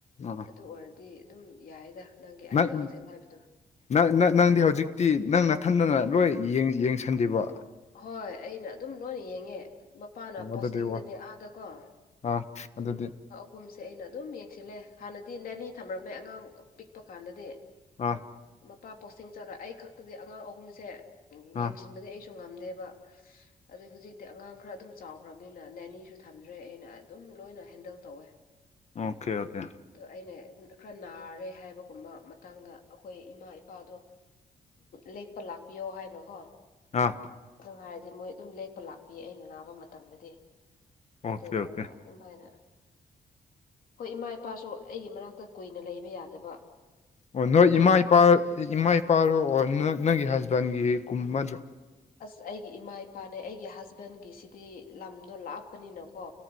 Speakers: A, on the left; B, on the left.
A: ꯑꯥ
B: ꯑꯗꯨ ꯑꯣꯏꯔꯗꯤ ꯑꯗꯨꯝ ꯌꯥꯏꯗ꯫ ꯅꯪꯒꯤ ꯑꯥꯏꯗꯤꯌꯥ
A: ꯅꯪ
B: ꯍꯧꯖꯤꯛ ꯍꯥꯏꯕꯗꯣ
A: ꯅꯪ ꯅꯪ ꯅꯪꯗꯤ ꯍꯧꯖꯤꯛꯇꯤ ꯅꯪ ꯅꯊꯟꯗꯅ ꯂꯣꯏ ꯌꯦꯡ ꯌꯦꯡꯁꯟꯂꯤꯕꯣ꯫
B: ꯍꯣꯏ ꯑꯩꯅ ꯑꯗꯨꯝ ꯂꯣꯏꯅ ꯌꯦꯡꯉꯦ ꯃꯄꯥꯅ
A: ꯑꯣ
B: ꯄꯣꯁꯇꯤꯡꯗꯅꯦ
A: ꯑꯗꯨꯗꯤ ꯋꯥ
B: ꯑꯥꯗꯀꯣ
A: ꯑꯥ ꯑꯗꯨꯗꯤ
B: ꯥꯑꯍꯨꯝꯁꯦ ꯑꯩꯅ ꯑꯗꯨꯝ ꯌꯦꯡꯁꯤꯜꯂꯦ ꯍꯥꯟꯅꯗꯤ ꯅꯅꯦ ꯊꯝꯔꯝꯃꯦ ꯑꯉꯥꯡ ꯄꯤꯛꯄ ꯀꯥꯟꯗꯗꯤ꯫
A: ꯑꯥ
B: ꯃꯄꯥ ꯄꯣꯁꯇꯤꯡ ꯆꯠꯂ ꯑꯩ ꯈꯛꯇꯗꯤ ꯑꯉꯥꯡ ꯑꯍꯨꯝꯁꯦ ꯌꯦꯡꯁꯟꯕꯗꯤ
A: ꯑꯥ
B: ꯑꯩꯁꯨ ꯁꯨ ꯉꯝꯗꯦꯕ꯫ ꯑꯗꯨꯗꯩ ꯍꯧꯖꯤꯛꯇꯤ ꯑꯉꯥꯡ ꯈꯔ ꯑꯗꯨꯝ ꯆꯥꯎꯈ꯭ꯔꯕꯅꯤꯅ ꯅꯅꯦꯁꯨ ꯊꯝꯗ꯭ꯔꯦ ꯑꯩꯅ ꯑꯗꯨꯝ ꯂꯣꯏꯅ ꯍꯦꯟꯗꯜ ꯇꯧꯋꯦ꯫
A: ꯑꯣꯀꯦ ꯑꯣꯀꯦ
B: ꯑꯗꯣ ꯑꯩꯅ ꯈꯔ ꯅꯥꯔꯦ ꯍꯥꯏꯕꯒꯨꯝꯕ ꯃꯇꯥꯡꯗ ꯑꯩꯈꯣꯏ ꯏꯃꯥ ꯏꯄꯥꯗꯣ ꯂꯦꯛꯄ ꯂꯥꯛꯄꯤꯌꯣ ꯍꯥꯏꯅꯀꯣ
A: ꯑꯥ
B: ꯑꯗꯨ ꯍꯥꯏꯔꯗꯤ ꯃꯣꯏ ꯑꯗꯨꯝ ꯂꯦꯛꯄ ꯂꯥꯛꯄꯤꯌꯦ ꯑꯩꯅ ꯅꯥꯕ ꯃꯇꯝꯗꯗꯤ
A: ꯑꯣꯀꯦ
B: ꯑꯗꯨꯒ
A: ꯑꯣꯀꯦ
B: ꯑꯗꯨꯃꯥꯏꯅ ꯑꯩꯈꯣꯏ ꯏꯃꯥ ꯏꯄꯥꯁꯨ ꯑꯩꯒꯤ ꯃꯅꯥꯛꯇ ꯀꯨꯏꯅ ꯂꯩꯕ ꯌꯥꯗꯕ
A: ꯑꯣ
B: ꯑꯩꯈꯣꯏꯒꯤ
A: ꯅꯣꯏ ꯏꯃꯥ ꯏꯄꯥ ꯏꯃꯥ ꯏꯄꯥꯔꯣ ꯑꯣ ꯅꯪꯒꯤ ꯍꯁꯕꯦꯟꯒꯤꯒꯨꯝꯕꯗ
B: ꯑꯁ ꯑꯩꯒꯤ ꯏꯃꯥ ꯏꯄꯥꯅꯦ ꯑꯩꯒꯤ ꯍꯁꯕꯦꯟꯒꯤꯁꯤꯗꯤ ꯂꯝꯗꯣ ꯂꯥꯞꯄꯅꯤꯅꯀꯣ